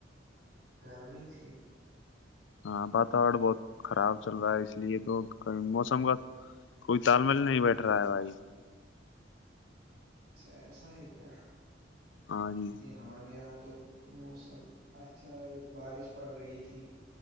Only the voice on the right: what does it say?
گرمی تھی
اچھا ایسا ہے کیا
یہ ہمارے یہاں تو موسم اچھا ہے بارش پڑ رہی تھی